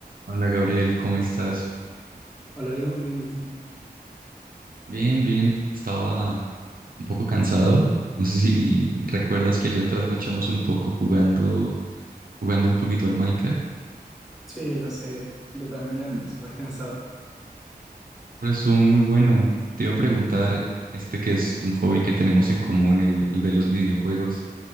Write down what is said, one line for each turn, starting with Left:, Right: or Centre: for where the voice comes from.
Right: Hola Gabriel, ¿cómo estás?
Centre: Hola, bien, muy bien, ¿y tú?
Right: Bien, bien. Estaba un poco cansado. No sé si recuerdas que ayer trasnochamos un poco jugando, jugando un poquito al Minecraft,
Centre: Sí, lo sé, yo también me levanté
Right: Mm.
Centre: súper cansado.
Right: pero estuvo muy bueno. Te iba a preguntar, este que es un hobby que tenemos en común, el, el de los videojuegos.